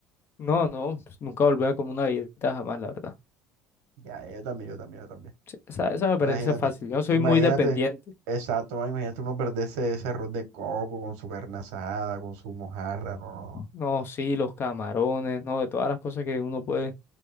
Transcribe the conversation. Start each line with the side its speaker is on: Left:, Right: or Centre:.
Left: No, no, pues nunca volver como una dieta jamás, la verdad.
Right: Ya, ya, yo también, yo también, yo también.
Left: Sí, esa, esa me parece
Right: Imagínate,
Left: fácil. Yo soy
Right: imagínate,
Left: muy dependiente.
Right: exacto, man, imagínate uno perderse ese arroz de coco con su carne asada, con su mojarra, no, no, no.
Left: No, sí, los camarones, no, de todas las cosas que uno puede,